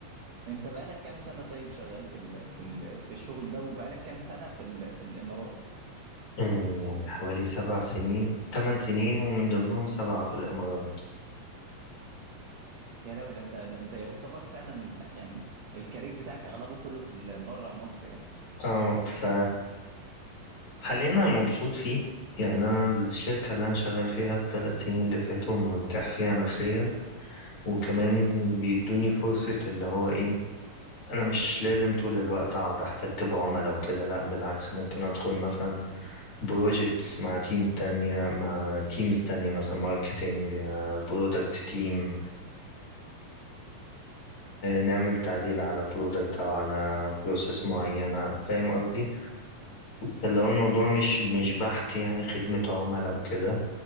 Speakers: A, on the right; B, on the left.
A: انت بقالك كام سنه طيب شغال في ال في ال في الشغل ده وبقالك كام سنه في ال في الامارات
B: أمم، يعني حوالي سبع سنين تمن سنين ومن ضمنهم سبعة في الامارات
A: يا لهوي ده انت ده انت يعتبر فعلا ال- يعني الكارير بتاعك اغلبه كله في ال- بره مصر يعني
B: اه ف حاليا انا مبسوط فيه يعني انا الشركة اللي انا شغال فيها الثلاث سنين اللي فاتوا مرتاح فيها نفسيا وكمان
A: امم
B: بيدوني فرصة اللي هو ايه انا مش لازم طول الوقت اقعد احتك بعملاء وكده لا بالعكس ممكن ادخل مثلا بروجكتس مع تيم تانية مع تيمز تانية مثلا ماركتينج برودكت تيم نعمل تعديل على برودكت او على بروسيس معينة فاهم قصدي فاللي هو الموضوع مش مش بحت يعني خدمة عملاء وكده